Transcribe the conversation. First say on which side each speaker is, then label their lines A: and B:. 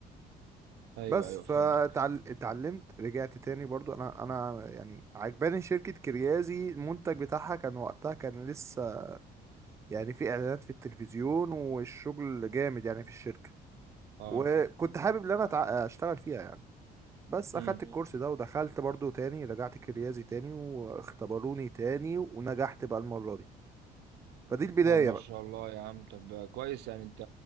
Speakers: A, on the right (about 75°); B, on the right (about 15°).
A: ايوه
B: بس
A: ايوه
B: فاتعلمت
A: فهمتك
B: رجعت تاني برضو انا انا يعني عجباني شركة كريازي المنتج بتاعها كان وقتها كان لسه يعني في اعلانات في التلفزيون والشغل جامد يعني في الشركة
A: اه
B: وكنت حابب ان انا أتع- اشتغل فيها يعني بس
A: امم
B: اخدت مم. الكورس ده ودخلت برضو تاني رجعت كريازي تاني واختبروني تاني ونجحت بقى المرة دي فدي البداية
A: طب ما
B: بقى
A: شاء الله يا عم طب كويس يعني انت